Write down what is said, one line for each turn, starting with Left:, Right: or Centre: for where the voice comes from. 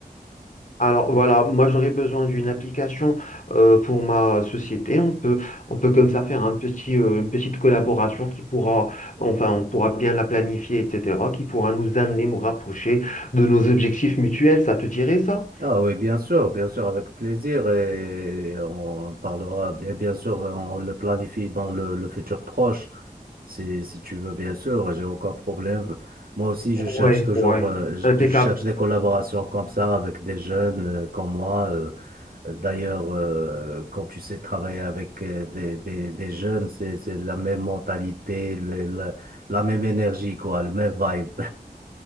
Left: Alors voilà, moi j'aurais besoin d'une application euh, pour ma société. On peut, on peut comme ça faire un petit, euh, une petite collaboration qui pourra, enfin on pourra bien la planifier, etc., qui pourra nous amener, nous rapprocher de nos objectifs mutuels. Ça te dirait ça?
Right: Ah oui, bien sûr, bien sûr, avec plaisir et on parlera, et bien sûr, on le planifie dans le, le futur proche, si, si tu veux, bien sûr, j'ai aucun problème. Moi aussi,
Left: Ouais,
Right: je cherche toujours,
Left: ouais.
Right: euh, je,
Left: Impeccable.
Right: je cherche des collaborations comme ça avec des jeunes euh, comme moi. euh. D'ailleurs, euh, quand tu sais travailler avec euh, des, des, des jeunes, c'est, c'est la même mentalité, le- la, la même énergie, quoi, le même vibe.